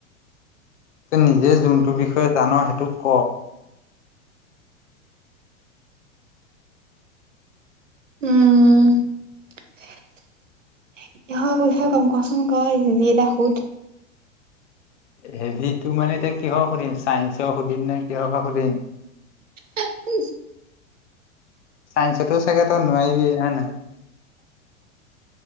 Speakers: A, on the left; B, on the right.
A: ত নিজে যোনটো বিষয়ে জান সেইটো ক
B: উম কিহৰ কথা কম কচোন ক হেৰী এটা সুধ
A: হেভি তো মানে এতিয়া কিহৰ সুধিম চাইন্ঞ্চক সুধিম নে কিহকে সুধিম <unintelligible>
B: <unintelligible> <inaudible>
A: চাইন্সতো চাগে তই নোৱাৰিবিয়ে হয় নাই